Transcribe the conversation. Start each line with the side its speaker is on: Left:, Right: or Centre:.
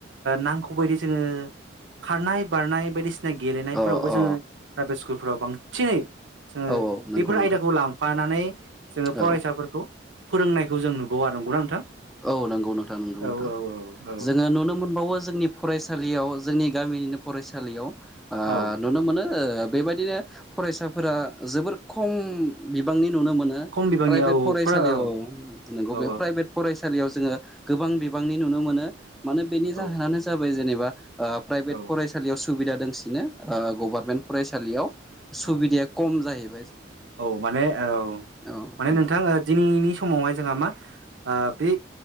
Right: नांगखौ बायदि जोङो खारनाय बारनाय बायदिसिना जाय गेलेनायफोरावबो
Centre: अ
Right: जोङो
Centre: अ
Right: प्राइभेट स्कुलफोराव बांसिनै जोङो
Centre: औ नंगौ
Right: बेफोर आयदाखौ
Centre: नोंथां
Right: लांफानानै जोङो फरायसाफोरखौ
Centre: औ
Right: फोरोंनायखौ जों नुबावा नंगौना नोंथां
Centre: औ नंगौ नोंथां नंगौ नोंथां
Right: औ औ औ
Centre: जोङो नुनो मोनबावो जोंनि फरायसालियाव जोंनि गामिनिनो फरायसालियाव आ
Right: औ
Centre: नुनो मोनो ओ बेबायदिनो फरायसाफोरा जोबोर खम बिबांनि नुनो मोनो प्राइभेट
Right: खम बिबांनि औ
Centre: फरायसालियाव
Right: फुरा औ
Centre: नंगौ
Right: औ
Centre: बे प्राइभेट फरायसालियाव जोङो गोबां बिबांनि नुनो मोनो मानो बेनि
Right: औ
Centre: जाहोनानो जाबाय जेनेबा ओ प्राइभेट
Right: औ
Centre: फरायसालियाव सुबिदा दंसिनो गभारनमेन्ट फरायसालियाव सुबिदाया
Right: औ
Centre: खम जायो।
Right: औ माने औ
Centre: औ
Right: माने
Centre: नंगौ
Right: नोंथां दिनैनि समावहाय जोंहा मा बे